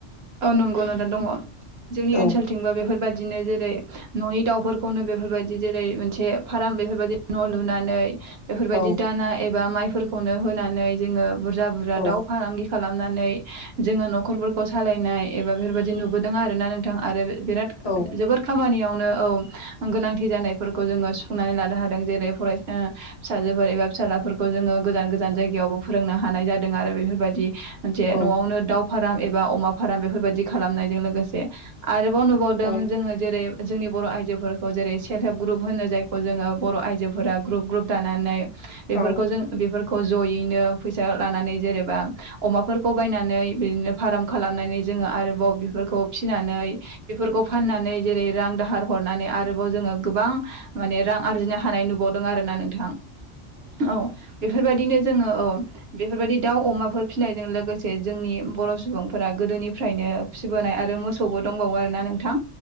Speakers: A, on the right (about 65°); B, on the left (about 65°).
A: औ नंगौ नोंथां दंङ जोंनि
B: औ
A: ओनसोलथिंबो बेफोरबा बिदिनो जेरै न'नि दाउफोरखौनो बेफोरबायदि जेरै मोनसे फार्म बेफोरबायदि न' लुनानै बेफोरबायदि
B: औ
A: दाना एबा माइफोरखौनो होनानै जोङो बुरजा बुरजा
B: औ
A: दाउ फालांगि खालामनानै जोङो न'खरफोरखौ सालायनाय एबा बेफोरबायदि नुबोदों आरो ना नोंथां आरो बिराद
B: औ
A: जोबोर खामानियावनो औ गोनांथि जानायफोरखौ जोङो सुफुंनानै लानो हादों जेरै फरायसा फिसाजोफोर एबा फिसााजलाफोरखौ जोङो गोजान गोजान जायगायावबो फोरोंनो हानाय जादों आरो बेफोरबायाददि मोनसे
B: औ
A: न'आवनो दाव फाराम एबा अमा फाराम बेफोरबायदि खालामनायजों लोगोसे आरोबाव नुबावदों
B: औ
A: जोङो जेरै जोंनि बर' आइजोफोरखौ जेरै सेल्फ हेल्प ग्रुप होनो जायखौ जोङो बर' आइजोफोरा ग्रुप ग्रुप दानानै बेफोरखौ
B: औ
A: जों बेफोरखौ जयैनो फैसा लानानै जेनेबा अमाफोरखौ बायनानै बिदिनो फार्म खालामनानै जोङो आरोबाव बेफोरखौ फिनानै बेफोरखौ फाननानै जेरै रां दाहार हरनानै आरोबाव जोङो गोबां माने रां आरजिनो हानाय नुबावदों आरो ना नोंथां औ बेफोरबायदिनो जोङो औ बेफोरबायदि दाउ, अमाफोर फिसिनायजों लोगोसे जोंनि बर' सुबुं फोर गोदोनिफ्रायनो फिबोनाय आरो मोसौबो दंबावो आरोना नोंथां